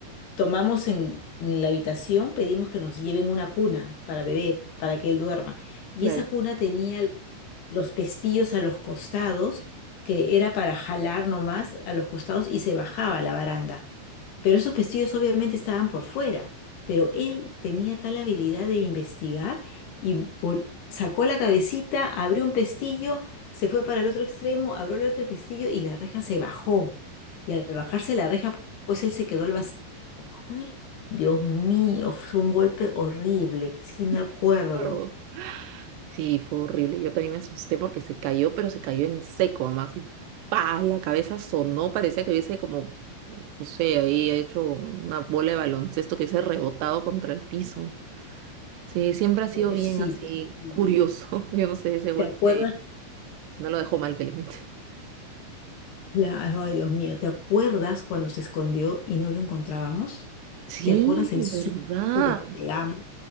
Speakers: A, on the left; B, on the right.
A: tomamos en, en la habitación, pedimos que nos lleven una cuna para bebé, para que él duerma. Y
B: Claro.
A: esa cuna tenía los, los pestillos a los costados, que era para jalar nomás a los costados y se bajaba a la baranda. Pero esos pestillos obviamente estaban por fuera, pero él tenía tal habilidad de investigar y vol- sacó la cabecita, abrió un pestillo, se fue para el otro extremo, abrió el otro pestillo y la reja se bajó. Y al bajarse la reja, pues él se quedó al vacío Ay, Dios mío, fue un golpe horrible, sí
B: <laughs>
A: me
B: me
A: acuerdo.
B: acuerdo. Sí, fue horrible. Yo también me asusté porque se cayó, pero se cayó en seco, además. Y pa, la cabeza sonó, parecía que hubiese como, no sé, ahí hecho una bola de baloncesto que hubiese rebotado contra el piso. Sí, siempre ha sido
A: Pobrecito,
B: bien así
A: sí.
B: curioso. <laughs> Yo no sé, ese golpe
A: ¿Te acuerdas?
B: no lo dejó mal, felizmente.
A: Claro, ay, Dios mío, ¿te acuerdas cuando se escondió y no lo encontrábamos?
B: Sí,
A: ¿Te acuerdas el susto
B: verdad.
A: que nos pegamos?